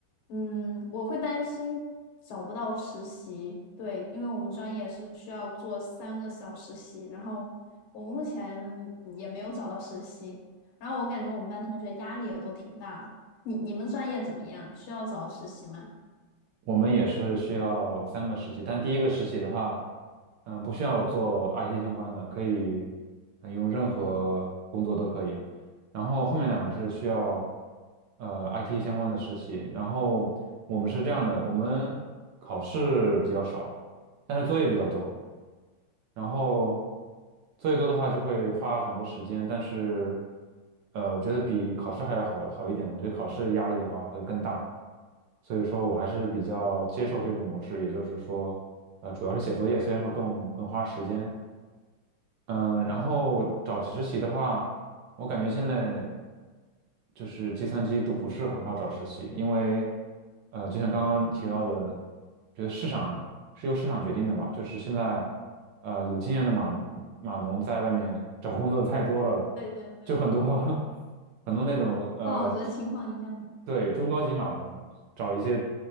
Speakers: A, on the left; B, on the right.
A: 嗯，我会担心找不到实习，对，因为我们专业是需要做三个小实习，然后我目前也没有找到实习，然后我感觉我们班同学压力也都挺大的。你你们专业怎么样？需要找实习吗？
B: 我们也是需要三个实习，但第一个实习的话，嗯、不需要做 IT 相关的，可以呃用任何工作都可以。然后后面两个是需要呃 IT 相关的实习。然后我们是这样的，我们考试比较少，但是作业比较多。然后作业多的话就会花很多时间，但是呃，我觉得比考试还要好好一点的。我觉得考试压力的话会更大，所以说我还是比较接受这种模式，也就是说，呃，主要是写作业，虽然说更更花时间，嗯，然后找实习的话，我感觉现在就是计算机都不是很好找实习，因为呃，就像刚刚提到的，觉得市场是由市场决定的吧，就是现在呃有经验的码码农在外面找工作的太多了，
A: 对对对，
B: 就很多 <laughs> 很多那种呃，
A: 哦，我觉得情况一样的。
B: 对，中高级码农找一些